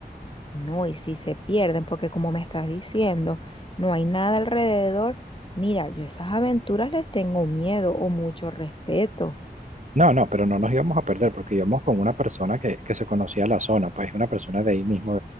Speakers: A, on the left (about 30°); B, on the right (about 45°).
A: No, y si se pierden, porque como me estás diciendo, no hay nada alrededor. Mira, yo esas aventuras les tengo miedo o mucho respeto.
B: No, no, pero no nos íbamos a perder porque íbamos con una persona que, que se conocía la zona, pues una persona de ahí mismo